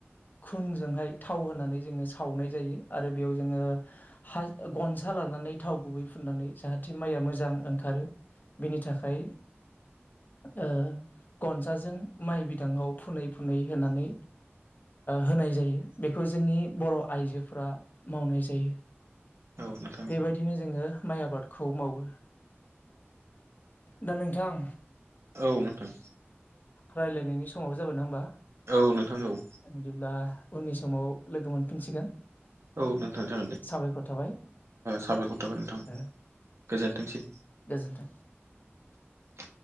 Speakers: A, on the left; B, on the right.
A: खुनजोंहाय थाव होनानै जोङो सावनाय जायो आरो बेयाव जोङो हाय गनसा लानानै थाव गुबै फुननानै जाहाथे माइआ मोजां ओंखारो बिनि थाखाय ओ गनसाजों माइ बिदाङाव फुनै फुनै होनानै होनाय जायो बेखौ जोंनि बर' आइजोफोरा मावनाय जायो।
B: औ नोंथां
A: बेबायदिनो जोङो माइ आबादखौ मावो दा नोंथां
B: औ नोंथां।
A: रायज्लायनायनि समाव जाबाय ना होमबा
B: औ नोंथां औ
A: बिदिब्ला उननि समाव लोगो मोनफिनसिगोन।
B: औ नोंथां जागोन दे।
A: साबायखर थाबाय
B: साबायखर थाबाय नोंथां
A: ओ
B: गोजोनथोंसै।
A: गोजोन्थों।
B: <inaudible>